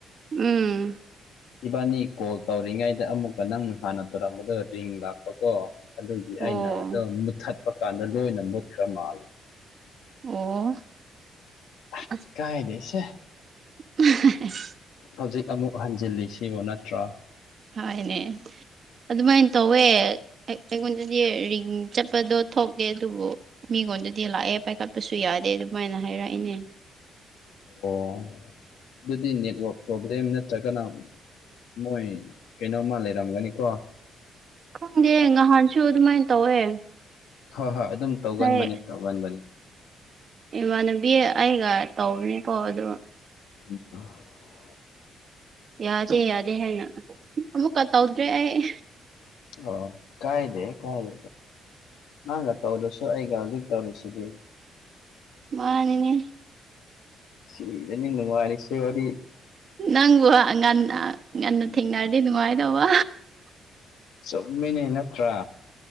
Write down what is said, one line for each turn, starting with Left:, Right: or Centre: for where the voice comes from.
Right: ꯎꯝ꯫
Left: ꯏꯕꯥꯅꯤ ꯀꯣꯜ ꯇꯧꯔꯤꯉꯩꯗ ꯑꯃꯨꯛꯀ ꯅꯪ ꯍꯥꯟꯅ ꯇꯧꯔꯝꯕꯗꫭ ꯔꯤꯡ ꯂꯥꯛꯄ ꯀꯣ ꯑꯗꯨꯒꯤ ꯑꯩꯅ
Right: ꯑꯣ
Left: ꯑꯗꯨ ꯃꯨꯠꯊꯠꯄ ꯀꯥꯟꯗ ꯂꯣꯏꯅ ꯃꯨꯠꯈ꯭ꯔꯥ ꯃꯥꯜꯂꯦ
Right: ꯑꯣ
Left: ꯑꯥ
Right: ꯑꯁ
Left: ꯀꯥꯏꯗꯦꯁꯦ
Right: <inaudible>
Left: ꯍꯧꯖꯤꯛ ꯑꯃꯨꯛ ꯍꯟꯖꯤꯜꯂꯤ ꯁꯤꯕꯨ ꯅꯠꯇ꯭ꯔꯣ
Right: ꯍꯣꯏꯅꯦ ꯑꯗꯨꯃꯥꯏ ꯇꯧꯋꯦ ꯑꯩꯉꯣꯟꯗꯗꯤ ꯔꯤꯡ ꯆꯠꯄꯗꯣ ꯊꯣꯛꯇꯦ ꯑꯗꯨꯕꯨ ꯃꯤꯉꯣꯟꯗꯗꯤ ꯂꯥꯛꯑꯦ ꯄꯥꯏꯈꯠꯄꯁꯨ ꯌꯥꯗꯦ ꯑꯗꯨꯃꯥꯏꯅ ꯍꯥꯏꯔꯛꯏꯅꯦ
Left: ꯑꯣ ꯑꯗꯨꯗꯤ ꯅꯦꯠꯋꯥꯛ ꯄ꯭ꯔꯣꯕ꯭ꯂꯦꯝ ꯅꯠ ꯅꯠꯇ꯭ꯔꯒꯅ ꯃꯣꯏ ꯀꯩꯅꯣꯝꯃ ꯂꯩꯔꯝꯒꯅꯤꯀꯣ
Right: ꯈꯪꯗꯦ ꯉꯍꯥꯟꯁꯨ ꯑꯗꯨꯃꯥꯏ ꯇꯧꯋꯦ
Left: ꯍꯣꯏ ꯍꯣꯏ ꯑꯗꯨꯝ ꯇꯧꯒꯟꯕꯅꯤ
Right: ꯍꯥꯏ
Left: ꯇꯧꯒꯟꯕꯅꯤ
Right: ꯏꯃꯥꯟꯅꯕꯤ ꯑꯩꯒ ꯇꯧꯕꯅꯦꯀꯣ ꯑꯗꯨꯒ
Left: ꯎꯝ ꯑꯥ
Right: ꯌꯥꯗꯦ ꯌꯥꯗꯦ ꯍꯥꯏꯅ ꯑꯃꯨꯛꯀ ꯇꯧꯗ꯭ꯔꯦ ꯑꯩ
Left: ꯑꯣ ꯀꯥꯏꯗꯦ ꯀꯥꯏꯗꯦ ꯅꯪꯒ ꯇꯧꯗ꯭ꯔꯥꯁꯨ ꯑꯩꯒ ꯍꯧꯖꯤꯛ ꯇꯧꯔꯤꯁꯤꯗꯤ
Right: ꯃꯥꯅꯤꯅꯦ
Left: ꯁꯤꯗꯅꯤ ꯅꯨꯡꯉꯥꯢꯔꯤꯁꯤ ꯋꯥꯔꯤ
Right: ꯅꯪꯕꯨ ꯉꯥꯟꯅ ꯉꯥꯟꯅ ꯊꯦꯡꯅꯔꯗꯤ ꯅꯨꯡꯉꯥꯏꯗꯧꯕ
Left: ꯆꯨꯝꯃꯤꯅꯦ ꯅꯠꯇ꯭ꯔꯥ